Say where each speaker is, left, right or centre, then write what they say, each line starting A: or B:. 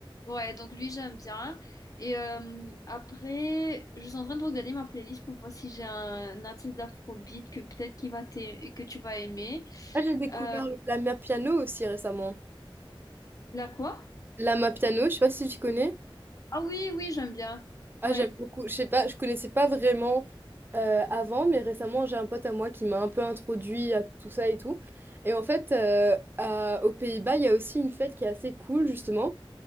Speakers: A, on the left (about 40°); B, on the right (about 25°).
A: ouais, donc lui, j'aime bien. Et euh, après, je suis en train de regarder ma playlist pour voir si j'ai un, artiste d'Afrobeat que peut-être qu'il va t'aimer- que tu vas aimer.
B: Ah, j'ai découvert
A: Euh,
B: le- la mère piano aussi récemment.
A: la quoi?
B: Lama Piano, je sais pas si tu connais.
A: Ah oui, oui, j'aime bien.
B: Ah,
A: Ouais.
B: j'aime beaucoup. Je sais pas, je connaissais pas vraiment euh, avant, mais récemment, j'ai un pote à moi qui m'a un peu introduit à tout ça et tout. Et en fait, euh, à- aux Pays-Bas, il y a aussi une fête qui est assez cool, justement,